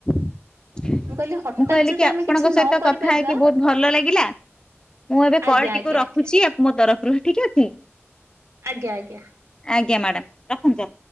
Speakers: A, on the left; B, on the right.
A: ମୁଁ
B: କହିଲି ହଠାତ୍
A: କହିଲି
B: ଯଦି
A: କି
B: ଆମେ
A: ଆପଣଙ୍କ
B: କିଛି ନ
A: ସହିତ
B: କରିପାରିବା
A: କଥା ହେଇକି ବହୁତ ଭଲ ଲାଗିଲା ମୁଁ ଏବେ
B: ଆଜ୍ଞା
A: କଲ ଟଟିକୁ
B: ଆଜ୍ଞା
A: ରଖୁଛି
B: ଆଜ୍ଞା
A: ଆ ମୋ ତରଫରୁ ଠିକ ଅଛି
B: ଆଜ୍ଞା ଆଜ୍ଞା
A: ଆଜ୍ଞା ମ୍ୟାଡାାମ ରଖନ୍ତୁ